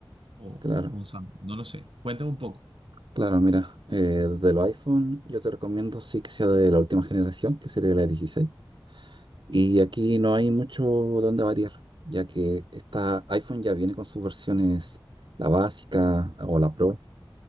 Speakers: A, on the right; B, on the right.
A: o
B: Claro.
A: un Samsung, no lo sé. Cuéntame un poco.
B: Claro, mira, eh, de los iPhone yo te recomiendo sí que sea de la última generación, que sería la 16. Y aquí no hay mucho donde variar, ya que esta iPhone ya viene con sus versiones, la básica ah, o la Pro.